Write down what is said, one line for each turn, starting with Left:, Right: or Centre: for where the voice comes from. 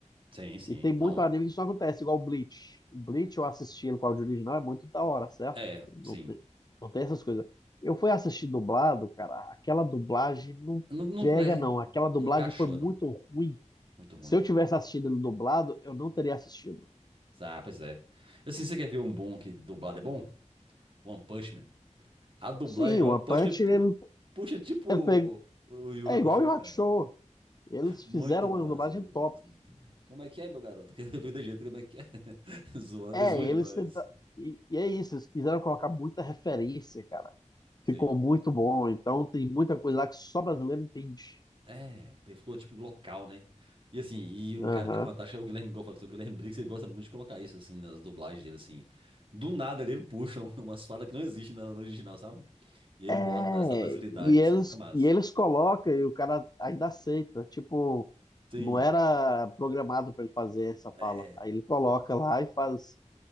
Right: Sim, sim.
Left: E tem
Right: Não.
Left: muito anime que isso acontece, igual o Bleach. O Bleach eu assisti ele com o áudio original, é muito da hora, certo?
Right: É,
Left: Não
Right: sim.
Left: tem, não tem essas coisas. Eu fui assistir dublado, cara, aquela dublagem não
Right: Não, não
Left: pega,
Right: é.
Left: não. Aquela dublagem
Right: Não encaixou,
Left: foi muito
Right: não.
Left: ruim.
Right: Muito ruim.
Left: Se eu tivesse assistido ele dublado, eu não teria assistido.
Right: Ah, pois é. Assim, você quer ver um bom que dublado é bom? One Punch Man. A dublagem
Left: Sim,
Right: do
Left: o
Right: One
Left: One
Right: Punch
Left: Punch,
Right: Man pu-
Left: ele,
Right: puxa tipo
Left: ele pegou
Right: o Yu
Left: É
Right: Hakusho,
Left: igual o Rock
Right: cara.
Left: Show. Eles fizeram
Right: Muito massa,
Left: uma dublagem
Right: muito
Left: top.
Right: massa, muito massa. Como é que é, meu garoto? <laughs> Vem de jeito, como é que é? <laughs> Zoa,
Left: É,
Right: zoa
Left: eles
Right: demais.
Left: tenta... e, e é isso, eles quiseram colocar muita referência, cara.
Right: Sim.
Left: Ficou muito bom. Então tem muita coisa lá que só brasileiro entende.
Right: É, pe- ficou tipo local, né? E assim, e um
Left: Aham.
Right: cara que é fantástico é o Guilherme, igual eu falei, que o Guilherme Briggs, ele gosta muito de colocar isso, assim, nas dublagens dele, assim. Do nada ali ele puxa <laughs> um- umas falas que não existem na no original, sabe? E ele
Left: É,
Right: bota essa brasilidade,
Left: e eles,
Right: assim, fica massa.
Left: e eles colocam e o cara ainda aceita. Tipo,
Right: Tem,
Left: não era programado pra ele fazer essa fala.
Right: é,
Left: Aí ele coloca lá e faz.